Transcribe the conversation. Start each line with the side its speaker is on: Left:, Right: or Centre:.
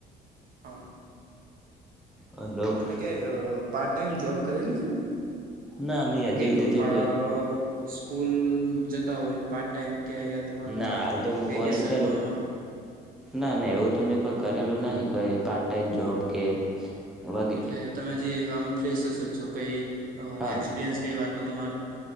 Right: હા
Centre: હલો
Right: તમે ક્યાંય પાર્ટ ટાઈમ જોબ કરેલી છે
Centre: ના મેં હજી
Right: કઈક
Centre: સુધી તો
Right: પા
Centre: કોઈ
Right: સ્કૂલ જતા હોયને પાર્ટ ટાઈમ ક્યાંય અથવા
Centre: ના હાલ તો હું કોલેજ
Right: વેકેશનમાં
Centre: કરું છું ના ના એવું તો મેં કોઈ કરેલું નહીં કોઈ પાર્ટ ટાઈમ જોબ કે વગેરે
Right: એટલે તમે હજી આમ ફ્રેશયશ જ છો કઈ
Centre: હા
Right: એક્સપિરિયન્સ કઈ વાત નો તમારો